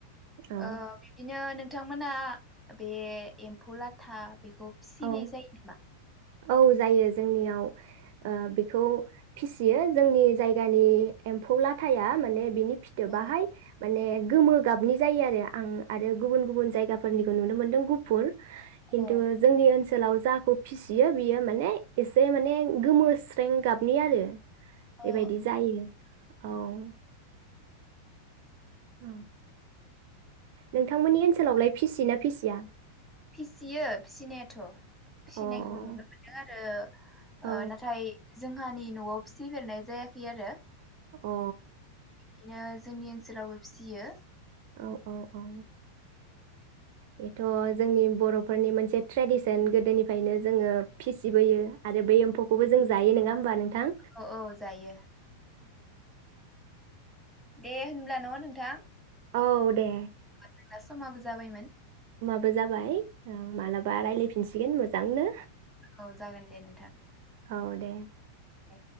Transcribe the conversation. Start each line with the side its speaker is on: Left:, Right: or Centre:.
Right: औ
Centre: ओ बिब्दिनो नोंथांमोनहा बे एम्फौ लाथाब बेखौ फिसिनाय
Right: औ
Centre: जायो नामा?
Right: औ जायो जोंनियाव ओ बेखौ फिसियो जोंनि जायगानि एम्फौ लाथाया माने बिनि फिथोबाहाय
Centre: औ
Right: माने गोमो गाबनि जायो आरो आं आरो गुबुन गुबुन जायगाफोरनिखौ नुनो मोनदों गुफुर खिन्थु
Centre: औ
Right: ओनसोलाव जाखौ फिसियो बियो माने एसे माने गोमोस्रें गाबनि आरो बेबायदि
Centre: अ
Right: जायो। औ औ नोंथांमोननि ओनसोलावलाय फिसियो ना फिसिया?
Centre: फिसियो फिसिनायाथ' फिसिनायखौ
Right: अ औ
Centre: नुनो मोनदों आ रो ओ
Right: अ
Centre: नाथाय जोंहानि न'आव फिसिफेरनाय जायाखै आरो
Right: अ
Centre: दिनो जोंनि ओनसोलावबो फिसियो।
Right: औ औ औ बेथ' जोंनि बर'फोरनि मोनसे ट्रेडिसन गोदोनि फ्रायनो जोङो फिसिबोयो आरो बे एम्फौखौबो जों जायो। नोङा होमबा नोंथां?
Centre: औ औ जायो दे होनब्ला न' नोंथां।
Right: औ दे।
Centre: <unintelligible> समाबो जाबायमोन।
Right: बो जाबाय ओ मालाबा रायलायफिनसिगोन मोजांनो।
Centre: औ जागोन दे नोंथां।
Right: औ दे।
Centre: ए